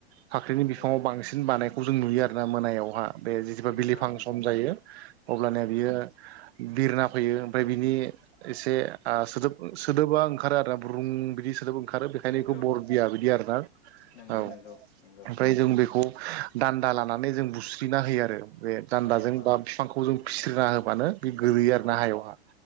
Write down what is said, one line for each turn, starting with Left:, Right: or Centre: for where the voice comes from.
Right: फाख्रिनि
Left: नंगौ
Right: बिफाङाव बांसिन बानायखौ जों नुयो आर ना मोनायावहा बे जिजिबा
Left: नंगौ
Right: बिलिफां
Left: नंगौ नंगौ
Right: सम जायो अब्लानिया बियो बिरना फैयो ओमफ्राय बिनि एसे आं सोदोब सोदोबा ओंखारो आरो ना ब्रुं बिदि सोदोब ओंखा रो बेखायनो
Left: नंगौ
Right: बेखौ बरबिया बिदि आरोना
Left: नंगौ
Right: औ
Left: नंगौ नंगौ
Right: ओमफ्राय जों बेखौ दान्दा लानानै जों बुस्रिना होयो आरो बे दान्दाजों
Left: औ औ
Right: बा बिफांखौ जों फिस्रिना होबानो बे गोलैयो आरोना
Left: औ
Right: हायावहा